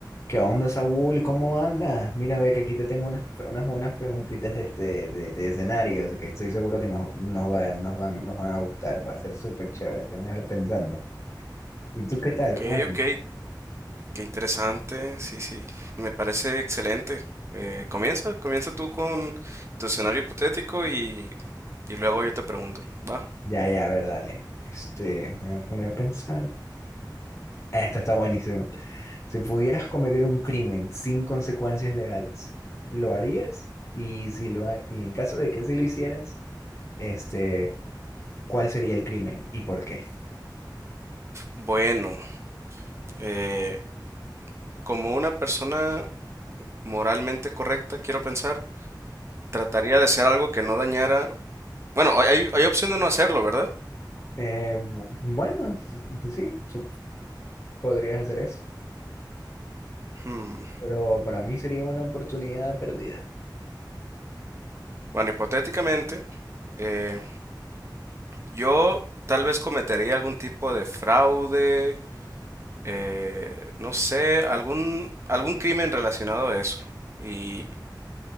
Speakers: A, on the left; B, on the right.
A: ¿Qué onda, Saúl? ¿Cómo andas? Mira, ve que aquí te tengo unas, unas buenas preguntitas de, este, de, de escenarios que estoy seguro que nos, nos, va- nos, van, nos van a gustar. Va a ser súper chévere, te van a dejar pensando. ¿Y tú qué tal?
B: Ok,
A: ¿Cómo andas?
B: ok, qué interesante, sí, sí, me parece excelente. Eh, comienza, comienza tú con tu escenario hipotético y, y luego yo te pregunto, ¿va?
A: Ya, ya, a ver, dale. Este, me voy a poner a pensar. Ah, Esta está buenísima. Si pudieras cometer un crimen sin consecuencias legales, ¿lo harías? Y, si lo ha- y en caso de que sí lo hicieras, este, ¿cuál sería el crimen y por qué?
B: Bueno, eh, como una persona moralmente correcta, quiero pensar, trataría de hacer algo que no dañara... Bueno, hay, hay hay opción de no hacerlo, ¿verdad?
A: Eh, bu- bueno, s- sí, sup- podrías hacer eso,
B: Hmm,
A: pero para mí sería una oportunidad perdida.
B: Bueno, hipotéticamente, eh, yo tal vez cometería algún tipo de fraude eh, no sé, algún, algún crimen relacionado a eso. Y